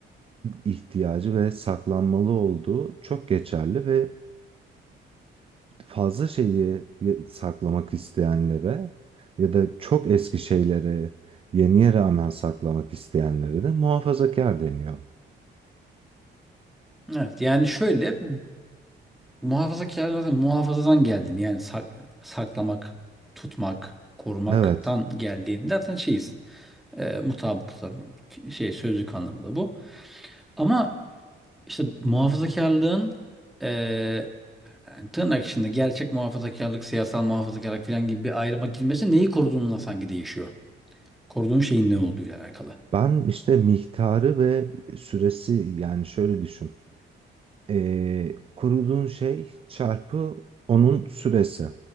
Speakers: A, on the right; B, in the centre.
A: ihtiyacı ve saklanmalı olduğu çok geçerli ve fazla şeyi e, saklamak isteyenlere ya da çok eski şeylere yeniye rağmen saklamak isteyenlere de muhafazakar deniyor.
B: Evet. Yani şöyle muhafazakarlık zaten muhafazadan geldin. Yani sak- saklamak, tutmak, korumaktan
A: Evet,
B: geldiğinde zaten şeyiz. E, mutabık zaten şey sözlük anlamı da bu. Ama işte muhafazakarlığın e, yani tırnak içinde gerçek muhafazakarlık, siyasal muhafazakarlık falan gibi bir ayrıma girmesi neyi koruduğunla sanki değişiyor. Koruduğun şeyin ne olduğuyla alakalı.
A: ben işte miktarı ve süresi yani şöyle düşün. e, koruduğun şey çarpı onun süresi.